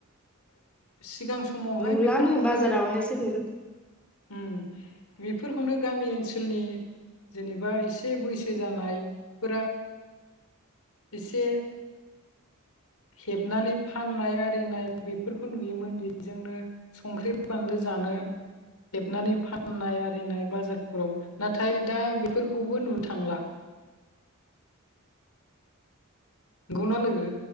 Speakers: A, on the left; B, in the centre.
A: <inaudible> सिगां समावहाय
B: नुलानो
A: बेफोरखौनो
B: बाजारावहायसो नुगोन
A: ओम बेफोर खौनो गामि ओनसोलनि जेनेबा एसे बैसो जानायफोरा एसे हेबनानै फाननाय आरिनाय बे बेफोरखौ नुयोमोन बेजोंनो संख्रि बानलु जानो हेबनानै फाननाय आरिनाय बाजारफोराव नाथाय दा बेफोरखौबो नु थांला नंगौना लोगो?